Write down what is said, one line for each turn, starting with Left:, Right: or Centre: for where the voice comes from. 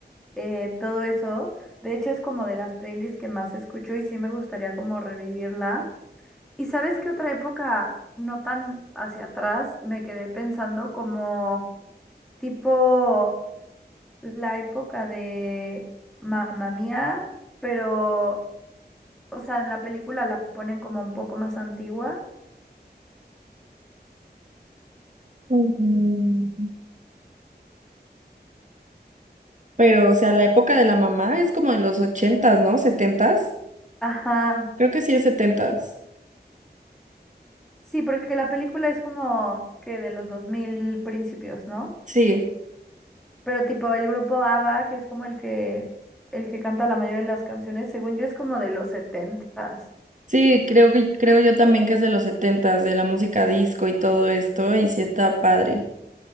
Centre: eh, todo eso. De hecho, es como de las playlists que más escucho y sí me gustaría como revivirla. ¿Y sabes qué otra época, no tan hacia atrás, me quedé pensando como tipo la época de Mamma Mía, pero, o sea, en la película la ponen como un poco más antigua.
Right: Mm, Pero, o sea, la época de la mamá es como de los ochentas, ¿no? ¿Setentas?
Centre: Ajá.
Right: Creo que sí es setentas.
Centre: Sí, porque la película es como que de los 2000 principios, ¿no?
Right: Sí.
Centre: Pero tipo el grupo ABBA, que es como el que el que canta la mayoría de las canciones, según yo es como de los setentas.
Right: Sí, creo que creo yo también que es de los setentas, de la música disco y todo esto, y sí está padre.